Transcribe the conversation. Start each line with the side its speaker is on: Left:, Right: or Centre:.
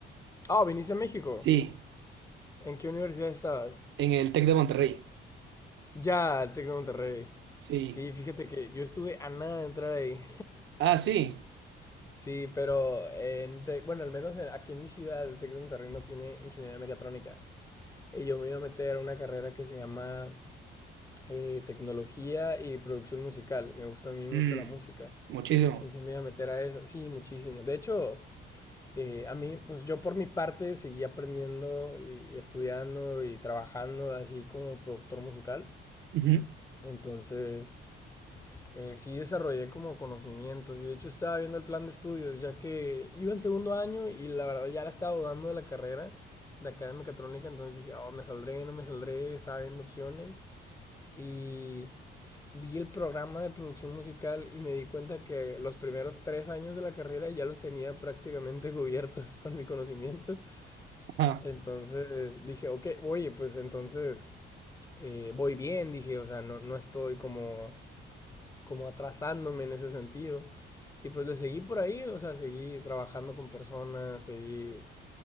Left: Ah, viniste a México.
Right: Sí,
Left: ¿En qué universidad estabas?
Right: en el Tec de Monterrey.
Left: Ya, el Tec de Monterrey.
Right: Sí.
Left: Sí, fíjate que yo estuve a nada de entrar ahí.
Right: Ah, sí.
Left: Sí, pero en Tec- bueno, al menos aquí en mi ciudad, el Tec de Monterrey no tiene ingeniería mecatrónica. Y yo me iba a meter a una carrera que se llama eh, tecnología y producción musical. Me gusta a mí mucho
Right: Mm,
Left: la música.
Right: muchísimo.
Left: Entonces me iba a meter a esa. Sí, muchísimo. De hecho, eh, a mí, pues yo por mi parte seguí aprendiendo y, y estudiando y trabajando así como productor musical.
Right: Ujú.
Left: Entonces, eh, sí desarrollé como conocimientos y de hecho estaba viendo el plan de estudios ya que iba en segundo año y la verdad ya la estaba dudando de la carrera de acá de mecatrónica, entonces dije, oh, me saldré, no me saldré, estaba viendo opciones y vi el programa de producción musical y me di cuenta que los primeros tres años de la carrera ya los tenía prácticamente <laughs> cubiertos con mi conocimiento,
Right: Ajá,
Left: entonces dije, ok, oye, pues entonces eh, voy bien, dije, o sea, no, no estoy como como atrasándome en ese sentido. Y pues le seguí por ahí, o sea, seguí trabajando con personas, seguí